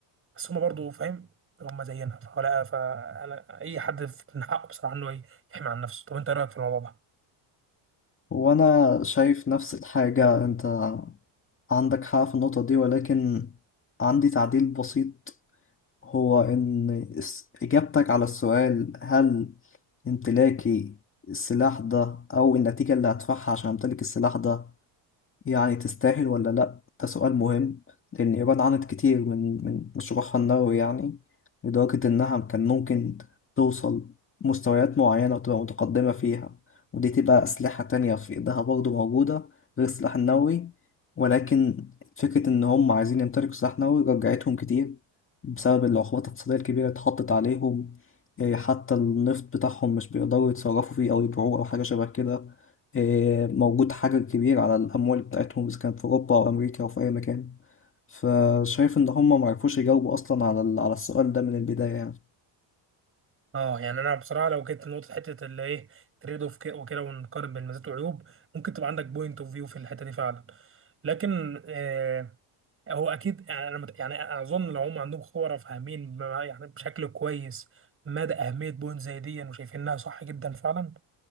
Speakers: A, on the right (about 25°); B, on the left (about 25°).
A: بس هما برضو فاهم هما زينا فلا فانا اي حد من حقه بصراحه انه إيه، يحمي عن نفسه طب انت إيه رايك في الموضوع ده
B: وأنا شايف نفس الحاجة أنت عندك حق في النقطة دي ولكن عندي تعديل بسيط هو إن اس- إجابتك على السؤال هل امتلاكي السلاح ده أو النتيجة اللي هدفعها عشان أمتلك السلاح ده يعني تستاهل ولا لأ ده سؤال مهم لأن إيران عانت كتير من من مشروعها النووي يعني لدرجة إنها كان ممكن توصل مستويات معينة وتبقى متقدمة فيها ودي تبقى أسلحة تانية في إيدها برضه موجودة غير السلاح النووي ولكن فكرة إن هم عايزين يمتلكوا سلاح نووي رجعتهم كتير بسبب العقوبات الاقتصادية الكبيرة اللي اتحطت عليهم إيه، حتى النفط بتاعهم مش بيقدروا يتصرفوا فيه أو يبيعوه أو حاجة شبه كده آه، موجود حجر كبير على الأموال بتاعتهم إذا كانت في أوروبا أو أمريكا أو في أي مكان فشايف إن هم معرفوش يجاوبوا أصلا على ال- على السؤال ده من البداية يعني
A: اه يعني انا بصراحه لو جيت لنقطه حته اللي ايه تريد اوف كده- وكده ونقارن بين مزايا وعيوب ممكن تبقى عندك بوينت اوف فيو في الحته دي فعلا لكن آه هو اكيد يعني انا مت- يعني اظن لو هم عندهم خبره فاهمين بما- يعني بشكل كويس مدى اهميه بوينت زي دي وشايفينها صح جدا فعلا